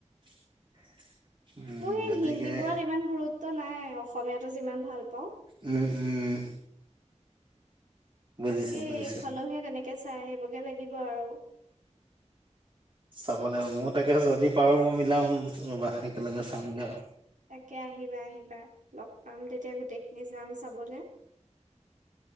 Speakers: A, on the right; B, on the right.
A: <inaudible>
B: মোৰ সেই
A: গতিকে
B: হিন্দী বোৰত ইমান গুৰুত্ব নাই। অসমীয়াতো যিমান ভাল পাওঁ।
A: উম উম। বুজিছো
B: তাকেই
A: বুজিছো
B: অকলেহে তেনেকে চাই আহিবগে লাগিব। লাগিব আৰু
A: চাব লাগিব। মোৰ তাকে যদি পাৰো মই মিলাম ৰবা একেলগে চামগে আৰু
B: তাকে আহিবা আহিবা লগ। পাম তেতিয়া গোটেইখিনি যাম চাবলে।